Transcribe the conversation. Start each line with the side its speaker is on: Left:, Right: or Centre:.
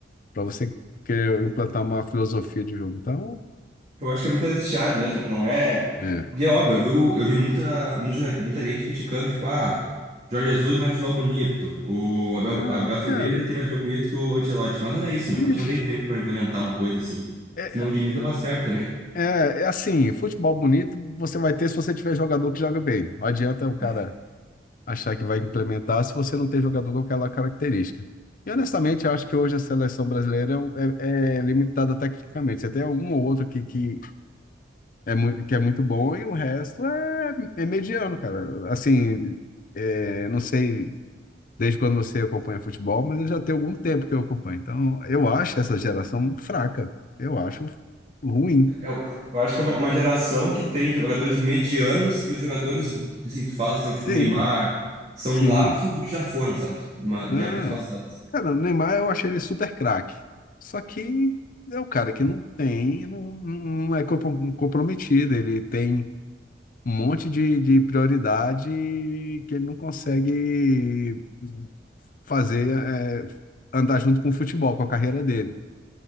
Left: para você querer implantar uma filosofia de jogo. Então,
Right: Eu acho que é muito mais esse ar mesmo, não é?
Left: é.
Right: Porque é óbvio, eu vi, eu vi muita, muita, muita gente criticando, tipo, ah, Jorge Jesus é mais futebol bonito, o Abel,
Left: Ah,
Right: Abel Ferreira
Left: cara,
Right: tem mais futebol bonito que o Ancelotti. Mas não é isso, meu.
Left: bicho,
Right: Acho que não tem tempo pra implementar uma coisa assim.
Left: é,
Right: Senão o Diniz dava certo também.
Left: é, é assim, futebol bonito você vai ter se você tiver jogador que joga bem. Não adianta o cara
Right: É,
Left: achar que vai implementar se você não tem jogador com aquela característica. E honestamente, eu acho que hoje a seleção brasileira é, um, é é limitada tecnicamente. Você tem um ou outro que, que, é, mu- que é muito bom e o resto é, é mediano, cara. Assim, é, não sei desde quando você acompanha futebol, mas eu já tenho algum tempo que eu acompanho. Então, eu acho essa geração fraca. Eu acho ruim.
Right: eu, eu acho que é uma, é uma geração que tem jogadores medianos e os jogadores que assim, tu fala são tipo
Left: Sim,
Right: Neymar, são
Left: sim.
Right: lapsos do que já foram, sabe? Uma- de
Left: Ah,
Right: épocas passadas.
Left: cara, o Neymar eu achei ele super craque. Só que é o cara que não tem, não, não é compro- comprometido. Ele tem um monte de, de prioridade que ele não consegue fazer, é, andar junto com o futebol, com a carreira dele,